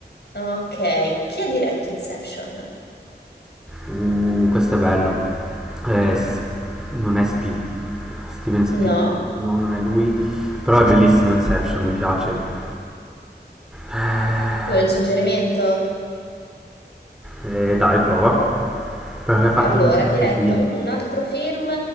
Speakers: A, on the left; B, in the centre.
A: Ok. Chi ha diretto Inception?
B: Uh, questo è bello. Eh, s- non è Spi- Steven Spielberg,
A: No?
B: no, non è lui, però è bellissimo Inception, mi piace. Eh,
A: Vuoi un suggerimento?
B: eh, dai, prova, perché ha fatto
A: Allora,
B: anche
A: ha
B: altri
A: diretto
B: film.
A: un altro film